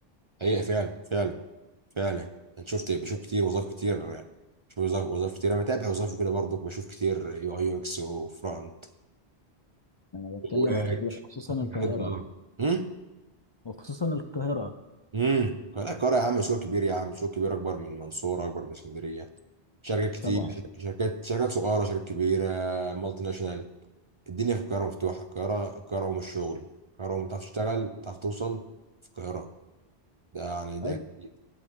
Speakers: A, on the right; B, on the left.
A: حقيقة فعلا فعلا فعلا انا شفت بشوف كتير وظائف كتير بشوف وظائف وظائف كتير انا متابع وظائف وكده برضو بشوف كتير يو اي يو اكس وفرونت
B: بتكلم
A: وباك
B: على كده خصوصا
A: الحاجات
B: القاهره
A: دي. اه. مم؟
B: وخصوصا القاهره
A: امم لا القاهرة يا عم مشروع كبير يا عم مشروع كبير اكبر من المنصورة اكبر من اسكندرية شركات كتير
B: طبعا
A: شركات شركات شركات صغيرة شركات كبيرة مالتي ناشونال الدنيا في القاهرة مفتوحة القاهرة القاهرة أم الشغل القاهرة أم تعرف تشتغل تعرف توصل في القاهرة ده يعني ده
B: ايوه
A: أكيد